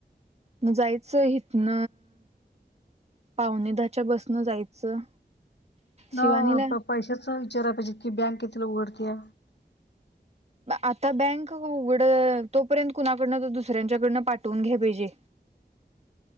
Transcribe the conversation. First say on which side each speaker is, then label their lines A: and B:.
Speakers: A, on the right; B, on the left.
A: मग जायचं हितन पावणे दहाच्या बसनं जायचं शिवानीला
B: न पैशाच विचाराय पाहिजे होत ती बँक कितला उघडतया
A: आता बँक उघड तोपर्यंत कुणाकडनं दुसऱ्यांच्याकडन पाठवून घ्या पाहिजे